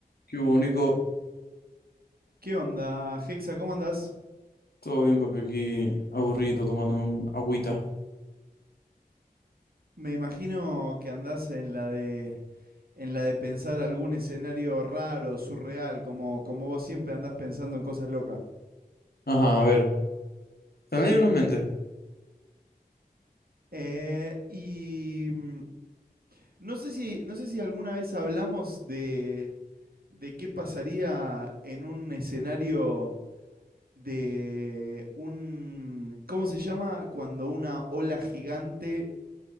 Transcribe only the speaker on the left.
Qué único.
Todo bien, papi, aquí aburrido tomándome un agüita.
Ajá, a ver. ¿Tenéis uno en mente?